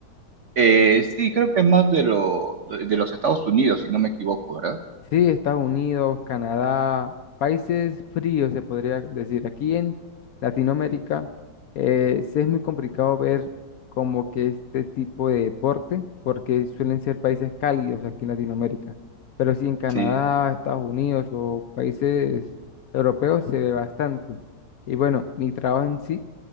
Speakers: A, on the right (about 60°); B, on the left (about 65°).
A: Eh, sí, creo que es más de, lo, de los Estados Unidos, si no me equivoco, ¿verdad?
B: Sí, Estados Unidos, Canadá, países fríos se podría decir. Aquí en Latinoamérica eh, sí es muy complicado ver como que este tipo de deporte, porque suelen ser países cálidos aquí en Latinoamérica. Pero sí en Canadá,
A: Sí.
B: Estados Unidos o países europeos se ve bastante. Y bueno, mi trabajo en sí